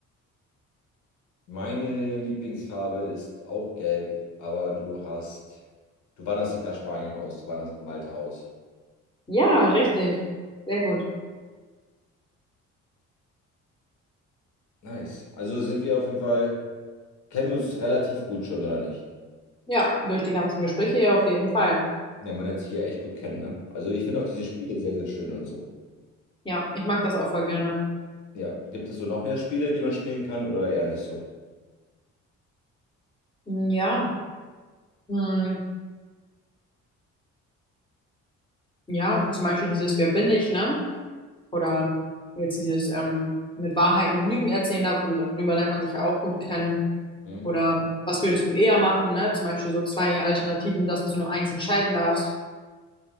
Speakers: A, on the left; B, on the left.
A: Meine Lieblingsfarbe ist auch gelb, aber du hast, du wanderst nicht nach Spanien aus, du wanderst nach Malta aus.
B: Ja, richtig. Sehr gut.
A: Nice. Also sind wir auf jeden Fall, kennen wir uns relativ gut schon, oder nicht?
B: Ja, durch die ganzen Gespräche hier auf jeden Fall.
A: Ja, man lernt sich hier echt gut kennen, ne? Also ich finde auch diese Spiele sehr, sehr schön und so.
B: Ja, ich mag das auch voll gerne.
A: Ja, gibt es so noch mehr Spiele, die man spielen kann oder eher nicht so?
B: Mm, Ja, mm, ja, zum Beispiel dieses Wer bin ich, ne? Oder jetzt dieses ähm, mit Wahrheiten und Lügen erzählen darf und darüber lernt man sich ja auch gut kennen.
A: Hm?
B: Oder was würdest du eher machen, ne? Zum Beispiel so zwei Alternativen, dass du nur eins entscheiden darfst.